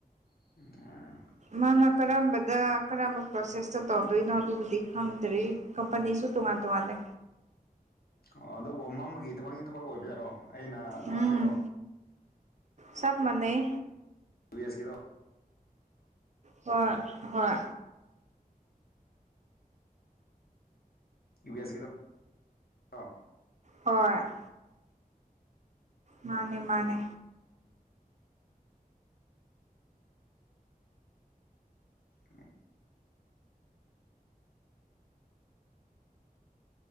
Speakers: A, on the left; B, on the right.
A: <unintelligible>
B: ꯃꯥꯅ ꯀꯔꯝꯕꯗ ꯀꯔꯝꯕ ꯄ꯭ꯔꯣꯁꯦꯁꯇ ꯇꯧꯗꯣꯏꯅꯣ ꯑꯗꯨꯕꯨꯗꯤ ꯈꯪꯗ꯭ꯔꯤ꯫ ꯀꯝꯄꯅꯤꯁꯨ ꯇꯣꯉꯥꯟ ꯇꯣꯉꯥꯟꯂꯦ꯫
A: ꯑꯣ ꯑꯗꯨꯕꯨ ꯃꯝꯕꯒꯤ ꯊꯕꯛꯇꯤ ꯊꯕꯛ ꯑꯣꯏꯕ ꯌꯥꯔꯣ ꯑꯩꯅ ꯉꯔꯥꯡ
B: ꯎꯝ
A: ꯍꯥꯏꯔꯣ,
B: ꯆꯞ ꯃꯥꯟꯅꯩ꯫
A: <unintelligible> ꯀꯤꯔꯣ
B: ꯍꯣꯏ ꯍꯣꯏ
A: ꯌꯨ ꯑꯦꯁꯒꯤꯔꯣ ꯑ
B: ꯍꯣꯏ ꯃꯥꯅꯦ ꯃꯥꯅꯦ
A: <inaudible>